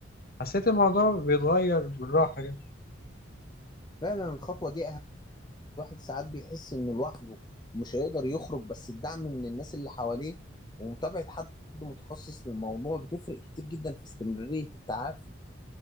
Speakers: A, on the left; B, on the left.
A: حسيت الموضوع بيتغير بالراحه كده
B: فعلا الخطوة دي الواحد ساعات بيحس انه لوحده ومش هيقدر يخرج بس الدعم من الناس اللي حواليه ومتابعة حد متخصص للموضوع بتفرق كتير جدا في استمرارية التعافي